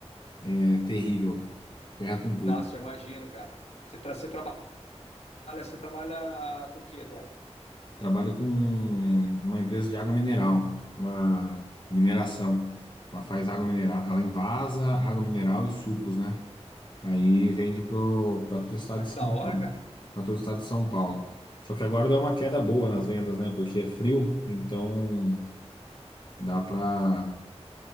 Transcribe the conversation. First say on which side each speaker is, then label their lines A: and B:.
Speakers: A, on the left (about 45°); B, on the left (about 70°).
A: é terrível, ferra com tudo.
B: Nossa, eu imagino, cara. Você, tra você trabalha, você trabalha com o quê, Eduardo?
A: Trabalho com uma empresa de água mineral, uma mineração. Ela faz água mineral, ela envasa água mineral e sucos, né? Aí vende pro, para todo o estado
B: Ah,
A: de,
B: que
A: São-
B: da hora, cara.
A: pra todo o estado de São Paulo. Só que agora deu uma queda boa nas vendas, né? Porque é frio, então dá para